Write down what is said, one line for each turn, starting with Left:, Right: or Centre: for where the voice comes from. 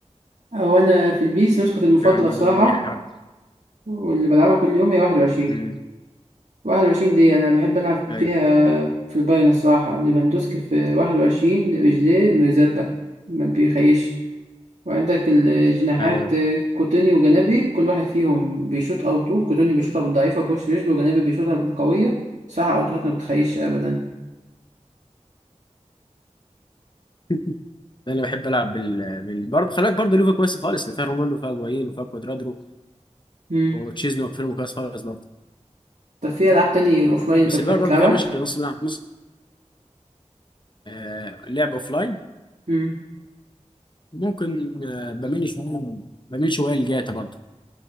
Right: هو انا في البيس نسخة المفضلة
Left: يعني
Right: الصراحة
Left: حرب.
Right: واللي بلعبها كل يوم هي 21
Left: مم.
Right: 21 دي انا بحب العب بيها
Left: ايوه
Right: في البايرن الصراحة ليفاندوسكي في 21 رجليه مرزبة ما بيخيش وعندك الجناحات
Left: ايوه
Right: كوتينيو وجنابي كل واحد فيهم بيشوط اوتو كوتينيو بيشوطها بالضعيفة بوش رجله وجنابي بيشوطها بالقوية صراحة اوتوهات ما بتخيش ابدا
Left: <laughs> انا بحب العب بال, بال... برضه خلاك برضه ليفا كويس خالص اللي فيها رونالدو وفيها جوين وفيها كوادرادو
Right: مم.
Left: وتشيزني وفيرمو كويس خالص برضه
Right: طب في العاب تاني اوفلاين انت
Left: بس
Right: بتحب
Left: البايرن
Right: تلعبها
Left: برضه فيها مشكله نص ملعب نص آه، اللعب اوف لاين
Right: مم.
Left: ممكن آه، بميل شويه بميل شويه لجاتا برضه